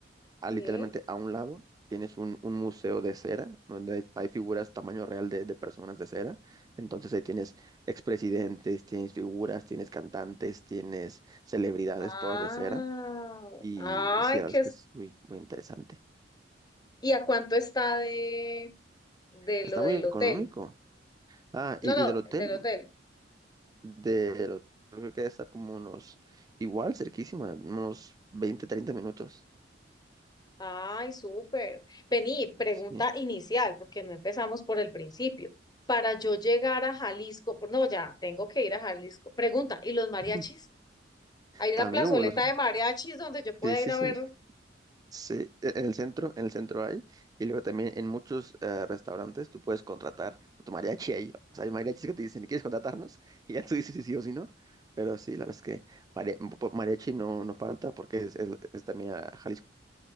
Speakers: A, on the right (about 20°); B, on the left (about 20°).
A: a-
B: Sí.
A: literalmente a un lado tienes un, un museo de cera, donde hay, hay figuras tamaño real de, de personas de cera. Entonces ahí tienes expresidentes, tienes figuras, tienes cantantes, tienes celebridades,
B: Wow.
A: todos de cera. Y,
B: Ay,
A: y sí, la verdad
B: qué
A: es
B: es-
A: que es muy, muy interesante.
B: ¿Y a cuánto está de, de
A: Está
B: lo del
A: muy económico.
B: hotel?
A: Ah, y,
B: No, no,
A: y del hotel,
B: del hotel.
A: del hotel creo que está como unos, igual, cerquísima, unos 20 30 minutos.
B: Ay, súper. Vení, pregunta
A: Sí.
B: inicial, porque no empezamos por el principio. Para yo llegar a Jalisco, por- no, ya, tengo que ir a Jalisco. Pregunta, ¿y los mariachis?
A: <laughs>
B: Hay una
A: También
B: plazoleta
A: hubo los...
B: de mariachis donde yo pueda
A: Sí, sí,
B: ir a
A: sí.
B: ver.
A: Sí, e- en el centro, en el centro hay, y luego también en muchos eh, restaurantes tú puedes contratar a tu mariachi ahí. O sea, hay mariachis que te dicen, ¿quieres contratarnos? <laughs> Y ya tú dices si sí o si no. Pero sí, la verdad es que mari- po- mariachi no, no falta porque es, es- es también ah, Jalisco